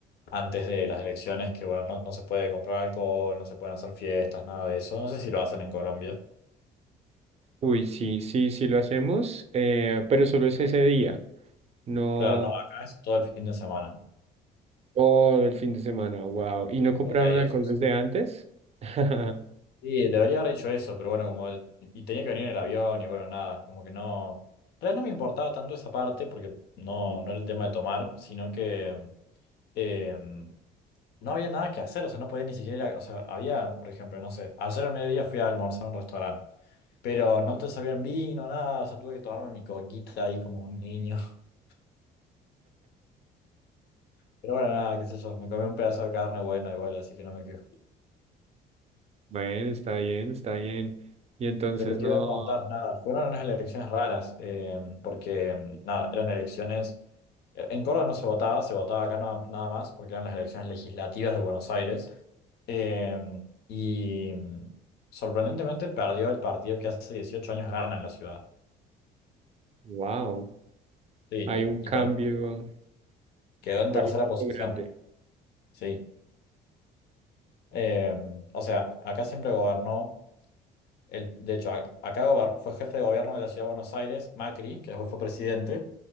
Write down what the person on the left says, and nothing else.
antes de las elecciones que bueno, no, no se puede comprar alcohol, no se pueden hacer fiestas, nada de eso, no sé si lo hacen en Colombia.
Claro, no, acá es todo el fin de semana,
súper
tedioso.
Sí, debería haber hecho eso, pero bueno, como el- y tenía que venir en el avión y bueno, nada, como que no, en realidad no me importaba tanto esa parte porque no, no era el tema de tomar, sino que eh, no había nada que hacer, o sea, no podía ni siquiera ir a- o sea, había, por ejemplo, no sé, ayer al mediodía fui a almorzar a un restaurante, pero no te sabían vino, nada, o sea, tuve que tomarme mi coquita ahí como un niño, <laughs> pero bueno, nada, qué sé yo, me comí un pedazo de carne, bueno, igual, así que no me quejo.
Pero te
iba a contar, nada, fueron unas elecciones raras, eh, porque nada, eran elecciones, eh, en Córdoba no se votaba, se votaba acá no- nada más, porque eran las elecciones legislativas de Buenos Aires, eh, y mm, sorprendentemente perdió el partido que hace 18 años gana en la ciudad,
sí,
y per- quedó en
tercera posición,
sí. Eh, o sea, acá siempre gobernó El, de hecho, a- acá gober- fue jefe de gobierno de la ciudad de Buenos Aires, Macri, que después fue presidente,